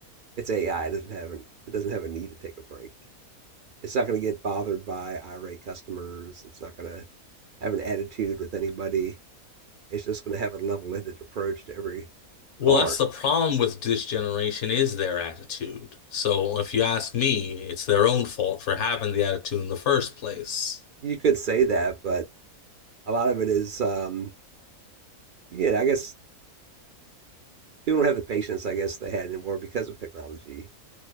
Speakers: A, on the right (about 50°); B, on the left (about 55°).
A: it's AI. It doesn't have an, it doesn't have a need to take a break. It's not going to get bothered by irate customers. It's not going to have an attitude with anybody. It's just going to have a level-headed approach to every
B: Well,
A: caller.
B: that's the problem with this generation is their attitude. So if you ask me, it's their own fault for having the attitude in the first place.
A: You could say that, but a lot of it is, um, yeah, I guess people don't have the patience I guess they had anymore because of technology.